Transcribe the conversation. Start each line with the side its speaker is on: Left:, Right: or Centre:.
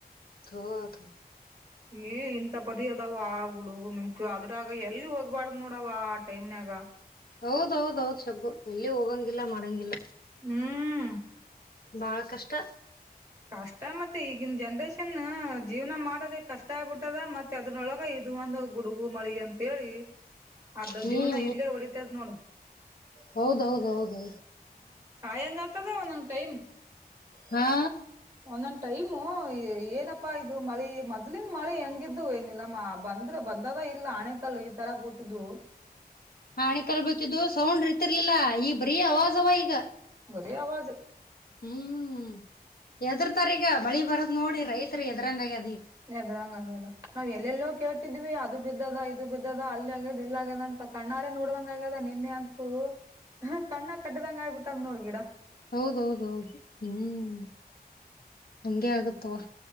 Left: ಹ ಹ
Right: ಏ ಇಂತ ಪರಿ ಅದವ ಗುಡುಗು ಮಿಂಚು ಅದ್ರಾಗ ಎಲ್ಲಿ ಹೋಗ್ಬಾರ್ದ್ ನೋಡವ ಆ ಟೈಮ್ನಾಗ.
Left: ಹೌದೌದ್ ಹೌದ್ ಶಬ್ಬು ಎಲ್ಲಿ ಹೋಗಂಗಿಲ್ಲ ಮಾಡಂಗಿಲ್ಲ.
Right: ಹ್ಮ್
Left: ಬಾಳ ಕಷ್ಟ.
Right: ಕಷ್ಟ ಮತ್ತೆ ಈಗಿನ್ ಜನ್ರೇಷನ್ ಜೀವನ ಮಾಡೋದೇ ಕಷ್ಟ ಆಗ್ಬಿಟ್ಟದ ಮತ್ತ್ ತ್ತೆ ಅದ್ರೊಳಗ ಇದು ಒಂದು ಗುಡುಗು ಮಳಿ ಅಂತೇಳಿ ಅರ್ದ
Left: ಹ್ಮ್
Right: ಜೀವನ ಇಲ್ಲೇ ಹೊಡಿತದ ನೋಡು.
Left: ಹೌದೌದ ಹೌದೌದು.
Right: ಸಾಯಂಗಾತದೆ ಒಂದೊಂದ್ ಟೈಮು.
Left: ಹಾ
Right: ಒಂದೊಂದ್ ಟೈಮು ಏನಪ್ಪಾ ಇದು ಮಳಿ ಮೊದ್ಲಿನ್ ಮಳೆ ಹೆಂಗಿದ್ದು ಏ ನೀಲ್ಲಮ್ಮ. ಬಂದ್ರ ಬಂದದ ಇಲ್ಲ ಹಣೆಕಲ್ಲು ಈ ತರ ಗೂತಿದ್ವು.
Left: ಹಾಣಿ ಕಲ್ ಬಟ್ಟಿದ್ದು ಸೌಂಡ್ ಇರ್ತಿರ್ಲಿಲ್ಲಾ ಈ ಬರೀ ಅವವಾಜವ ಈಗ.
Right: ಬರೀ ಆವಾಜು.
Left: ಹ್ಮ್ ಎದ್ರತಾರ ಈಗ ಮಳಿ ಬರದ್ ನೋಡಿ ರೈತರಿ ಎದ್ರಂಗಗ್ಯದ
Right: ಎದ್ರಂಗಂಗ್ಯದ ನಾವ್ ಎಲ್ಲೆಲ್ಲೋ ಕೇಳ್ತಿದೀವಿ ಅದು ಬಿದ್ದದ ಇ ಬಿದ್ದದ ಅಲ್ಲಿ ಆಗ್ಯದ ಇಲ್ಲ ಆಗ್ಯದಂತ ಕಣ್ಣಾರೆೇ ನೋಡ್ದಂಗ ಆಗ್ಯದ ನಿನ್ನೆ ಅಂತೂ ಹ ಕಣ್ಣ ಕಟ್ಟ್ದಂಗ ಆಯ್ಬಿಟ್ಟದ್ ನೋಡ್ ಗಿಡ
Left: ಹೌದೌದೌದು ಹ್ಮ್ ಹಂಗಗೆ ಆಗತ್ವಾ